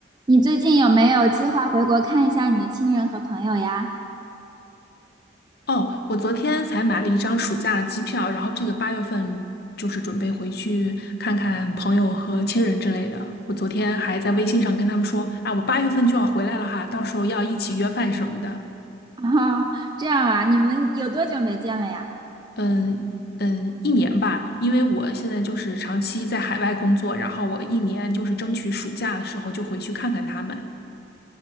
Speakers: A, on the right; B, on the left.
A: 你最近有没有计划回国看一下你的亲人和朋友呀？
B: 哦，我昨天才买了一张暑假的机票，然后这个八月份就是准备回去看看朋友和亲人之类的。我昨天还在微信上跟他们说，啊，我八月份就要回来了哈，到时候要一起约饭什么的。
A: <laughs> 啊，这样啊，你们有多久没见了呀？
B: 嗯嗯，一年吧，因为我现在就是长期在海外工作，然后我一年就是争取暑假的时候就回去看看他们。